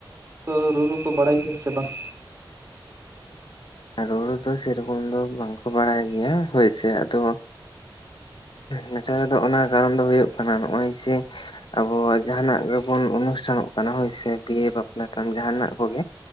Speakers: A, on the right; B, on the left.
A: ᱠᱚ ᱨᱩᱨᱩ ᱠᱚ ᱵᱟᱲᱟᱭ ᱜᱮᱭᱟ ᱥᱮ ᱵᱟᱝ?
B: ᱨᱩᱨᱩ ᱫᱚ ᱥᱮᱨᱚᱠᱚᱢ ᱫᱚ ᱵᱟᱝ ᱠᱚ ᱵᱟᱲᱟᱭ ᱜᱮᱭᱟ ᱦᱳᱭ ᱥᱮ ᱟᱫᱚ ᱱᱮᱛᱟᱨ ᱫᱚ ᱚᱱᱟ ᱠᱟᱨᱚᱱ ᱫᱚ ᱦᱩᱭᱩᱜ ᱠᱟᱱᱟ ᱱᱚᱜᱼᱚᱭ ᱡᱮ ᱟᱵᱚᱣᱟᱜ ᱡᱟᱦᱟᱱᱟᱜ ᱜᱮᱵᱚᱱ ᱚᱱᱩᱥᱴᱷᱟᱱᱚᱜ ᱠᱟᱱᱟ ᱦᱳᱭ ᱥᱮ ᱵᱤᱭᱮ ᱵᱟᱯᱞᱟ ᱛᱟᱢ ᱡᱟᱦᱟᱱᱟᱜ ᱠᱚᱜᱮ